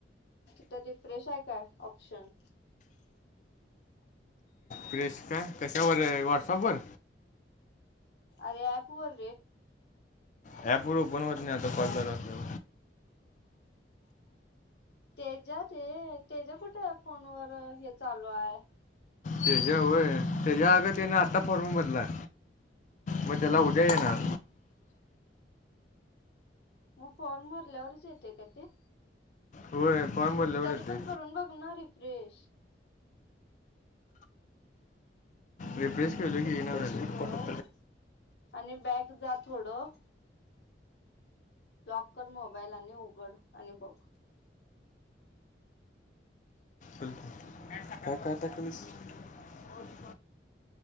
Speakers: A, on the left; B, on the left.
A: तिथ रि फ्रेश आहे काय ऑप्शन
B: प्रेश काय कशावर व्हॉटसअप वर
A: अर या पू वर
B: ॲप वर ओपन होत नाही नाता कल लते
A: तेजात तेज कुठ फोन वर हे चालू आहे
B: त्याच्या वय त्याच्या अग त्याने आत्ता फॉर्म बदलाय मग त्याला उद्या येणार
A: मग फॉरमरलारचेत का ते
B: होय फॉर्म बदल्यावर
A: तरी
B: येते
A: पण करून बघणार रे फ्रेश
B: रिफ्रेश केलं
A: रिफ्रेश
B: की येणार झाले
A: कर, आणि बॅग जा थोडं. लॉककर मोबाईल आणि उघड आणि बघ
B: ब का काता कलीस <unintelligible>